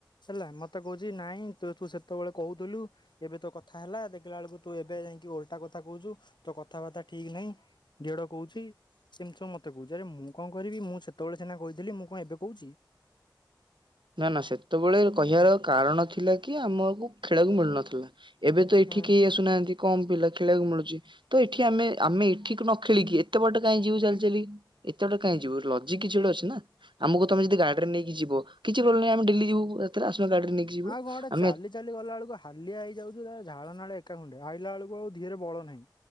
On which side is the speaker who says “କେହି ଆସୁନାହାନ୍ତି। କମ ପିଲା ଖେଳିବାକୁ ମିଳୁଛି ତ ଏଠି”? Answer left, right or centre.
Right